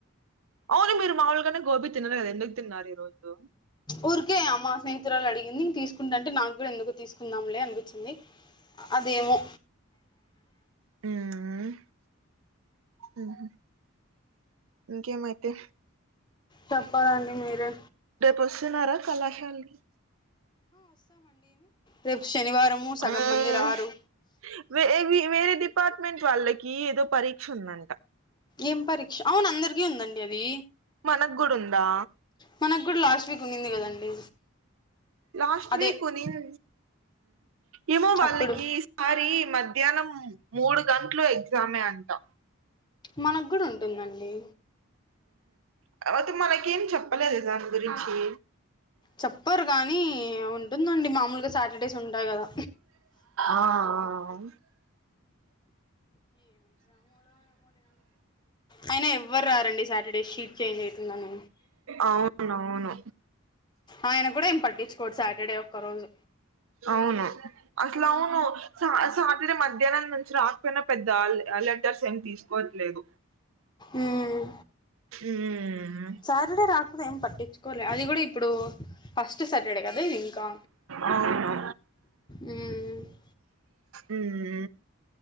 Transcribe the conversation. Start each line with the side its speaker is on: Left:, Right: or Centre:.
Right: అవును మీరు మాముూలుగనే గోబీ తినరు గదా ఎందుకు తిన్నారు ఈ రోజు
Left: ఊరికే అ మ్మా స్నేహితురాలు అడిగింది తీసుకుంటాంటే నాగ్గుడా ఎందుకో తీసుక్ కుందాంలే అనిపించింది అదేమో
Right: ఉమ్ ఊ ఉమ్ హ్ ఇంకేమయితే
Left: చెప్పాలండి మీరే
Right: రేపొస్తున్నారా కళాశాలకి
Left: రేపు శనివారము సగం
Right: మ్మ్
Left: మంది రారు
Right: వే వే వేరే డిపార్ట్మెంట్ వాళ్ళకి ఏదో పరీక్ష ఉందంట
Left: ఏం పరీక్ష అవును అందరికీ ఉందండి అదీ
Right: మనగ్గుడ ఉందా
Left: మనగ్గుడ లాస్ట్ వీక్ ఉండింది ది కదండి
Right: లాస్ట్
Left: అదే
Right: వీక్ ఉండిన్ ఏమో వాళ్ళకి
Left: అప్పుడు
Right: ఈసారి మధ్యాహ్నం మూడు గంటలు ఎగ్జామే అంటా
Left: మనగ్గుడ ఉంటుందండి
Right: కాపొతే మనకేం చెప్పలేదే దాని గురించి
Left: చెప్పరు గానీ ఉంటుందండి మామూలుగా సాటర్డేస్ ఉంటాయి గదా
Right: ఆ ఆ
Left: అయినా ఎవ్వరు రారండి సాటర్డే షీట్ చేంజ్ అవుతుందని
Right: అవునవును
Left: ఆయన గ్గుడ ఏం పట్టిచ్చుకోడు సాటర్డే ఒక్క రోజు
Right: అవును అసలవును సా సాటర్డే మధ్యాహ్నం నుంచి రాకపోయినా పెద్ద లె లెటర్స్ ఏం తీస్ కోట్లేవు
Left: ఉమ్
Right: ఉమ్
Left: సాటర్డే రాకున్న ఎం పట్టిచ్చు కోర్లే అది గూడ ఇప్పుడు ఫస్ట్ సాటర్డే కదా ఇది ఇంకా
Right: అవును
Left: ఉమ్ ఉ
Right: ఉమ్